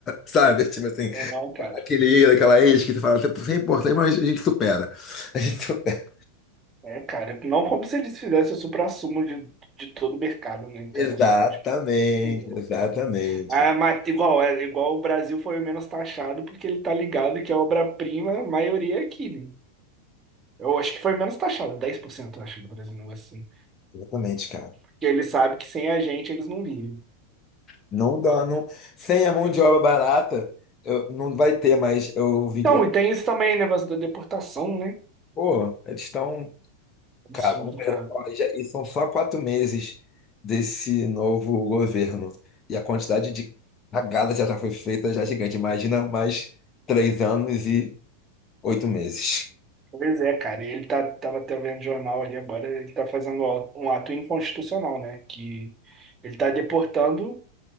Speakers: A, on the left; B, on the right.
A: sabe? Tipo assim,
B: Não, não, cara.
A: aquele ex, aquela ex que você fala, você é importante, mas a gente supera. <laughs> A gente supera.
B: É, cara, não como se eles fizessem o suprassumo de, de todo o mercado, né, internacional,
A: Exatamente,
B: tipo. Uhum.
A: exatamente.
B: Ah, mas igual, é, igual o Brasil foi o menos taxado, porque ele tá ligado que a obra-prima, a maioria é aqui, né? Eu acho que foi menos taxado, 10%, eu acho, do Brasil, um negócio assim.
A: Exatamente, cara.
B: Porque ele sabe que sem a gente eles não vivem.
A: Não dá, não. Sem a mão de obra barata, eu- não vai ter mais. Eu ouvi.
B: Então,
A: eu-
B: e tem isso também, negócio da deportação, né?
A: Pô, eles estão.
B: Absurdo,
A: Cara, vamos ver,
B: cara.
A: olha, já- e são só quatro meses desse novo governo. E a quantidade de cagada já já foi feita já é gigante. Imagina mais três anos e oito meses.
B: Pois é, cara, ele tá, tava até vendo jornal ali agora, ele tá fazendo um ato inconstitucional, né? Que ele tá deportando